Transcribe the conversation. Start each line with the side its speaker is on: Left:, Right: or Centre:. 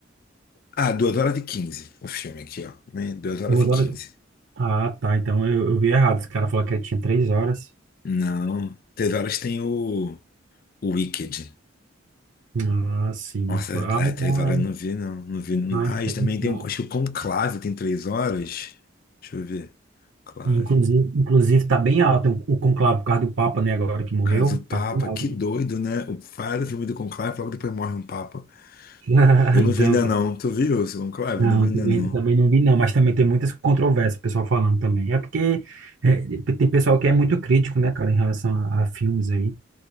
Left: Ah, 2 horas e 15 o filme aqui, ó, né? duas horas
Right: Duas
Left: e quinze
Right: horas. Ah, tá. Então eu, eu vi errado. Esse cara falou que ele tinha três horas.
Left: Não, 3 horas tem o, o Wicked.
Right: Ah, sim.
Left: Nossa,
Right: Ah,
Left: é,
Right: então
Left: é, três horas eu
Right: é.
Left: não vi, não. Não vi, não.
Right: Ah,
Left: Ah, isso
Right: então.
Left: também tem um. Acho que o Conclave tem três horas. Deixa eu ver. Conclave.
Right: Inclusive, inclusive tá bem alto o conclave por causa do Papa, né? Agora que morreu,
Left: cara do Papa,
Right: tá bem alto.
Left: que doido, né? O faz o filme do Conclave, logo depois morre um Papa.
Right: <laughs>
Left: Eu
Right: Então,
Left: não vi ainda não. Tu viu o Conclave?
Right: Não,
Left: Eu não vi ainda
Right: também,
Left: não.
Right: também não vi, não, mas também tem muitas controvérsias, o pessoal falando também. É porque é, tem pessoal que é muito crítico, né, cara, em relação a, a filmes aí.